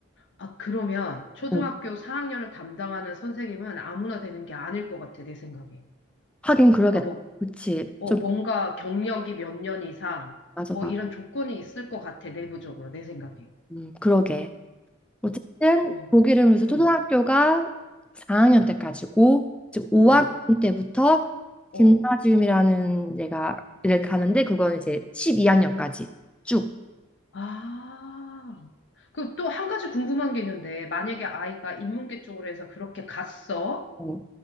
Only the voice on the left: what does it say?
아, 그러면 초등학교
4학년을 담당하는 선생님은 아무나 되는 게 아닐 것 같아, 내 생각에.
그러니까 뭐,
어,
뭔가 경력이 몇 년 이상,
뭐
이런 조건이 있을 것 같아, 내부적으로, 내 생각에.
와,
응,
응,
어.
아, 그 또 한 가지 궁금한 게 있는데, 만약에 아이가 인문계 쪽으로 해서 그렇게 갔어,